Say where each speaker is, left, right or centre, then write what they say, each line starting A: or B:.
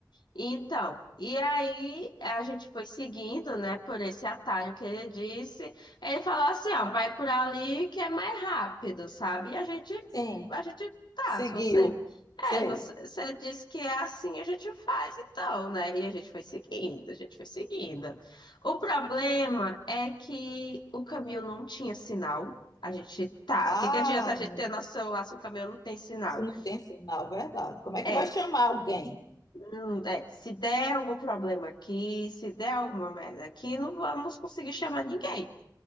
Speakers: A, on the left; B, on the left.
A: Então, e aí a gente foi seguindo, né, por esse atalho que ele disse. Ele falou assim, ó, vai por ali que é mais rápido, sabe? E a gente,
B: Sim,
A: a gente tá,
B: seguiu.
A: se você, é,
B: Sei.
A: você, você disse que é assim, a gente faz então, né? E a gente foi seguindo, a gente foi seguindo. O problema é que o caminho não tinha sinal. A gente tá,
B: Ah,
A: o que que adianta a gente
B: mulher,
A: ter nosso celular se o caminho não tem sinal?
B: se não tem sinal, verdade. Como é
A: É,
B: que vai chamar alguém?
A: Hum, É, se der algum problema aqui, se der alguma merda aqui, não vamos conseguir chamar ninguém.